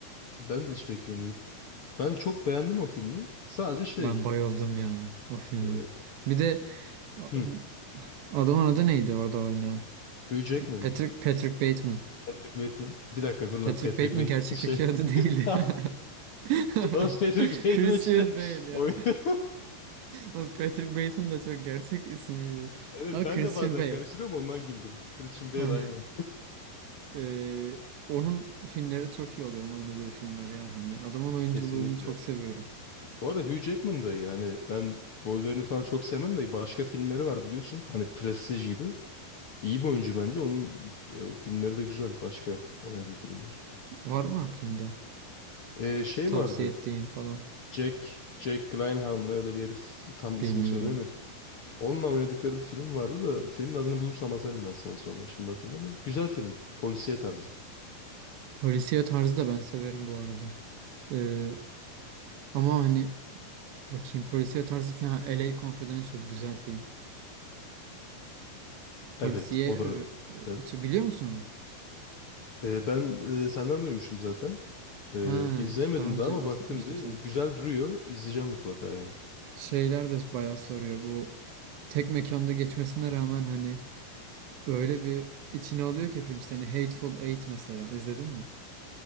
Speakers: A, on the left; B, on the right.
A: Ben de hiç beklemiyordum. Ben çok beğendim o filmi. Sadece şey
B: Ben bayıldım ya o filme.
A: e,
B: Bir de a-
A: hmm,
B: adamın adı neydi orada oynayan?
A: Hugh Jackman mı?
B: Patrick Patrick Bateman.
A: Patrick Bateman. Bir dakika dur lan
B: Patrick
A: Patrick
B: Bateman
A: Bateman
B: gerçekteki
A: <laughs> şey.
B: adı değildi.
A: <laughs>
B: <laughs>
A: Oğlum Patrick Bateman
B: Christian
A: işte
B: Bale
A: oynuyor.
B: ya.
A: <laughs>
B: Oğlum Patrick Bateman da çok gerçek isim gibi.
A: Evet
B: Ama
A: ben
B: Christian
A: de bazen
B: Bale.
A: karıştırıyorum ondan güldüm. Christian Bale
B: <laughs>
A: aynen.
B: Ee, onun filmleri çok iyi oluyor. Onun oynadığı filmler ya. Hani adamın oyunculuğunu
A: <laughs> Kesinlikle.
B: çok seviyorum.
A: Bu arada Hugh Jackman da iyi. Hani ben Wolverine'i falan çok sevmem de başka filmleri var biliyorsun. Hani Prestige gibi. İyi bir oyuncu bence. Onun e, filmleri de güzel. Başka oynadığı filmler.
B: Var mı aklında?
A: E, şey
B: Tavsiye
A: vardı.
B: ettiğin falan.
A: Jack, Jack Gyllenhaal mı ne öyle bir herif tam ismini
B: Bilmiyorum.
A: söyleyemedim. Onunla oynadıkları bir film vardı da filmin adını bulursam atarım ben sana sonra. Şimdi hatırlamıyorum. Güzel film. Polisiye tarzı.
B: Polisiye tarzı da ben severim bu arada. Ee, ama hani bakayım polisiye tarzı falan. Ha, LA Confidential güzel film. Polisiye
A: Evet o
B: e,
A: da
B: f-
A: güzel.
B: içi biliyor musun onu?
A: Ee, ben e, senden duymuşum zaten.
B: Ha,
A: Ee, izlemedim
B: daha önce
A: daha ama
B: bahsetmiştim
A: baktım bir.
B: sen.
A: Güzel duruyor. İzleyeceğim mutlaka yani.
B: Şeyler de bayağı soruyor. Bu tek mekanda geçmesine rağmen hani öyle bir içine alıyor ki film seni. Hateful Eight mesela izledin mi?